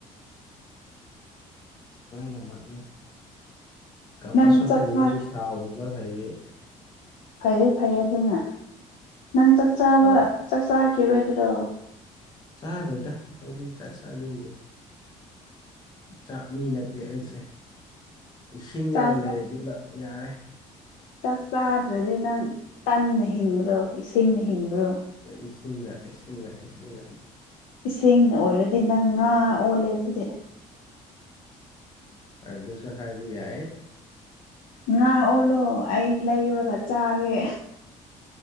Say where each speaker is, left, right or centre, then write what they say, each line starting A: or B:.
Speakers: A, on the left (about 30°); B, on the left (about 80°).
A: ꯂꯣꯏꯅꯃꯛꯅꯤ ꯀꯞꯄꯁꯨ
B: ꯅꯪ ꯆꯥꯛ
A: ꯍꯩꯑ
B: ꯆꯥꯛ
A: ꯁꯥꯎꯕꯁꯨ ꯍꯩꯑ
B: ꯐꯩꯌꯦ ꯐꯩꯌꯦ ꯑꯗꯨꯅ ꯅꯪ ꯆꯥꯛ ꯆꯥꯕ
A: ꯁꯥꯎ
B: ꯆꯥꯛ ꯆꯥꯈꯤꯔꯣꯏꯗ꯭ꯔꯣ
A: ꯆꯥꯔꯣꯏꯗ ꯑꯩꯗꯤ ꯆ ꯆꯥꯅꯤꯡꯗꯦ ꯆꯥꯛ ꯃꯤ ꯅꯠꯇꯦ ꯑꯩꯁꯦ ꯏꯁꯤꯡꯒꯕꯨ
B: ꯆꯥꯛ
A: ꯂꯩꯔꯗꯤ ꯂ ꯌꯥꯔꯦ
B: ꯆꯥꯛ ꯆꯥꯗ꯭ꯔꯗꯤ ꯅꯪ ꯇꯟꯅ ꯍꯤꯡꯕ꯭ꯔꯣ ꯏꯁꯤꯡꯅ ꯍꯤꯡꯕ꯭ꯔꯣ
A: ꯏꯁꯤꯡꯅ ꯏꯁꯤꯡꯅ ꯏꯁꯤꯡꯅ
B: ꯏꯁꯤꯡꯅ ꯑꯣꯏꯔꯗꯤ ꯅꯪ ꯉꯥ ꯑꯣꯜꯂꯦ ꯑꯗꯨꯗꯤ
A: ꯑꯗꯨꯁꯨ ꯍꯥꯏꯕ ꯌꯥꯏ
B: ꯉꯥ ꯑꯣꯜꯂꯣ ꯑꯩ ꯂꯩꯨꯔꯒ ꯆꯥꯒꯦ